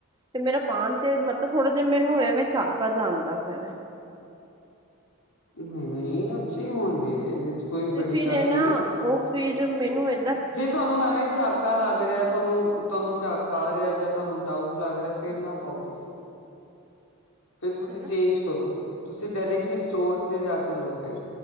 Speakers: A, on the right; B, on the left.
A: ਤੇ ਮੇਰਾ ਪਾਣ ਤੇ ਮਤਲਬ ਥੋੜਾ ਜੇਹਾ ਮੈਨੂੰ ਐਵੇਂ ਚਾਕਾ ਆਂਦਾ ਪਤਾ ਵੇ।
B: ਨਈ-ਨਈ ਅੱਛੇ ਹੀ ਹੋਣਗੇ ਏਦੇ ਚ ਕੋਈ
A: ਤੇ
B: ਬੜੀ
A: ਫਿਰ
B: ਗੱਲ
A: ਇਹ ਨਾ
B: ਨੀ ਆ।
A: ਉਹ ਫਿਰ ਮੈਨੂੰ ਏ
B: ਜੇ ਤੁਆਨੂੰ ਐਵੇਂ ਝਾਕਾ ਲੱਗ ਰੇਆ ਤਾਨੂੰ ਤਾਨੂੰ ਝਾਕਾ ਆ ਰੇਆ ਤਾਨੂੰ ਡਾਊਟ ਲੱਗ ਰਿਹਾ ਫੇਂਰ ਨਾ ਪਾਓ ਤੁਸੀਂ। ਫਿਰ ਤੁਸੀਂ
A: ਹਨਾ
B: ਚੇਂਜ ਕਰੋ ਤੁਸੀਂ ਡਾਇਰੈਕਟਲੀ ਸਟੋਰ ਤੇ ਜਾ ਕੇ ਲੋ ਫੇਰ